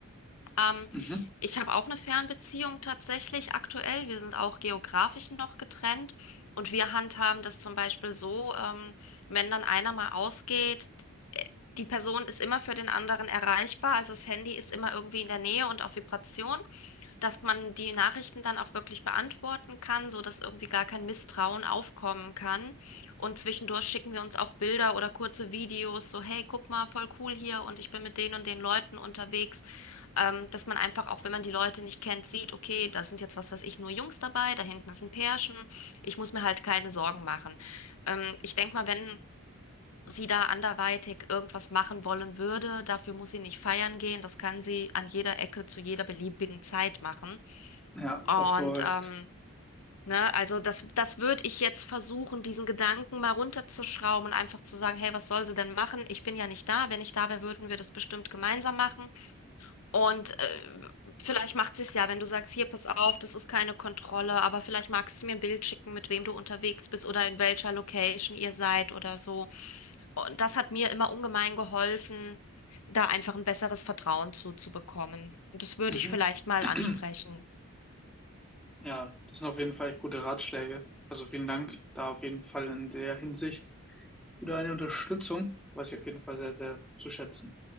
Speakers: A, on the left (about 75°); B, in the centre.
A: Ähm,
B: mhm.
A: ich habe auch eine Fernbeziehung tatsächlich aktuell. Wir sind auch geografisch noch getrennt. Und wir handhaben das zum Beispiel so, ähm, wenn dann einer mal ausgeht, die Person ist immer für den anderen erreichbar, also das Handy ist immer irgendwie in der Nähe und auf Vibration, dass man die Nachrichten dann auch wirklich beantworten kann, so dass irgendwie gar kein Misstrauen aufkommen kann. Und zwischendurch schicken wir uns auch Bilder oder kurze Videos, so hey, guck mal, voll cool hier und ich bin mit den und den Leuten unterwegs. Ähm, dass man einfach auch, wenn man die Leute nicht kennt, sieht, okay, da sind jetzt was weiß ich, nur Jungs dabei, da hinten ist ein Pärchen. Ich muss mir halt keine Sorgen machen. Ähm, ich denke mal, wenn sie da anderweitig irgendwas machen wollen würde. Dafür muss sie nicht feiern gehen. Das kann sie an jeder Ecke zu jeder beliebigen Zeit machen.
B: Ja,
A: Und
B: da hast du recht.
A: ähm, ne, also das, das würde ich jetzt versuchen, diesen Gedanken mal runterzuschrauben und einfach zu sagen, hey, was soll sie denn machen? Ich bin ja nicht da. Wenn ich da wäre, würden wir das bestimmt gemeinsam machen. Und äh, vielleicht macht sie es ja, wenn du sagst, hier, pass auf, das ist keine Kontrolle, aber vielleicht magst du mir ein Bild schicken, mit wem du unterwegs bist oder in welcher Location ihr seid oder so. Und das hat mir immer ungemein geholfen, da einfach ein besseres Vertrauen zuzubekommen. Und das würde
B: Mhm.
A: ich vielleicht mal
B: <clears throat>
A: ansprechen.
B: Ja, das sind auf jeden Fall echt gute Ratschläge. Also vielen Dank da auf jeden Fall in der Hinsicht für deine Unterstützung, weiß ich auf jeden Fall sehr, sehr zu schätzen.